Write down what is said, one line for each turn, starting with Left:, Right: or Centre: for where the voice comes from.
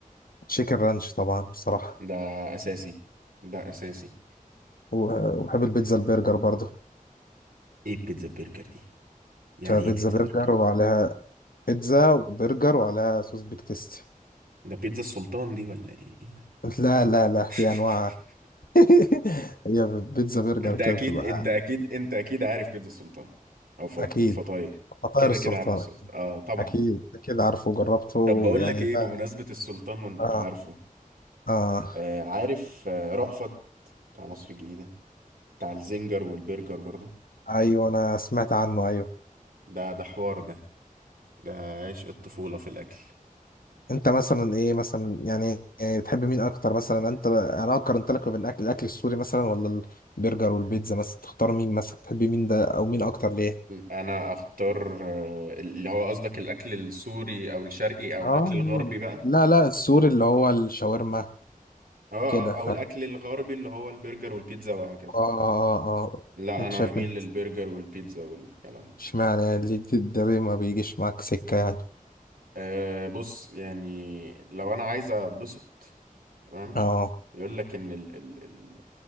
Left: تشيكن رانش طبعا بصراحه
Right: ده اساسي ده اساسي
Left: و- وبحب البيتزا البرجر برضه
Right: ايه البيتزا برجر دي يعني
Left: تبقى بيتزا
Right: ايه بيتزا
Left: برجر
Right: برجر
Left: وعليها بيتزا وبرجر وعليها صوص بيك تيستي
Right: ده بيتزا السلطان دي ولا ايه ايه ده
Left: <laughs> لا لا لا في
Right: <laughs>
Left: انواع <laughs> هي بيتزا برجر
Right: انت
Left: كده
Right: اكيد
Left: بتبقى
Right: انت اكيد انت اكيد عارف بيتزا السلطان او فط-
Left: اكيد
Right: فطاير
Left: فطاير
Right: كده
Left: السلطان
Right: كده عارف السلطان اه طبعا
Left: اكيد كده عارفه وجربته
Right: طب بقول
Left: يعني
Right: لك ايه
Left: ده
Right: بمناسبة السلطان وانك
Left: اه
Right: عارفه
Left: اه
Right: آه عارف آه رأفت بتاع مصر الجديدة بتاع الزنجر والبرجر برضو
Left: ايوه انا سمعت عنه ايوه
Right: ده ده حوار ده ده عشق الطفولة في الأكل
Left: انت مثلا ايه مثلا يعني يعني بتحب مين اكتر مثلا انت انا لو قارنت لك ما بين الاكل الاكل السوري مثلا ولا البرجر والبيتزا مثلا تختار مين مثلا تحب مين ده او مين اكتر ليه
Right: انا اختار آه، اللي هو قصدك الاكل السوري او الشرقي او
Left: اه
Right: الاكل الغربي بقى
Left: لا لا السوري اللي هو الشاورما
Right: اه
Left: كده
Right: اه
Left: ف
Right: او الاكل
Left: اه
Right: الغربي اللي هو البرجر والبيتزا وهكذا
Left: اه اه اه.
Right: لا
Left: انت
Right: انا
Left: شايف
Right: اميل
Left: مين احسن؟
Right: للبرجر والبيتزا والكلام ده
Left: اشمعنى اللي دي- ده ليه ما بيجيش معاك سكة يعني
Right: أه بص يعني لو انا عايز اتبسط تمام
Left: اه
Right: يقول لك ان ال ال ال